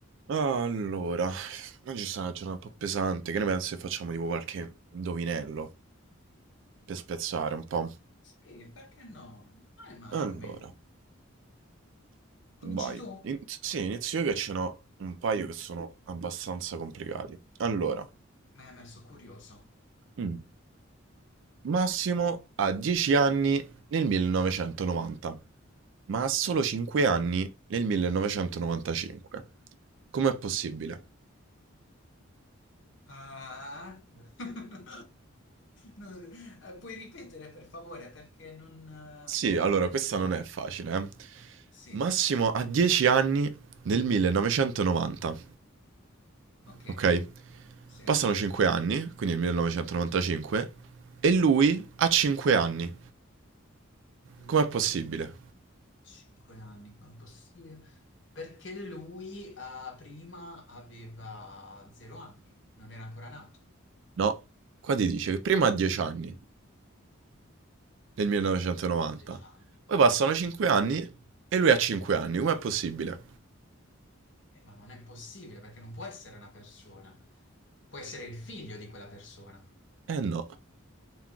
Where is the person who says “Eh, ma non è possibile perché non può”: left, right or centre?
Left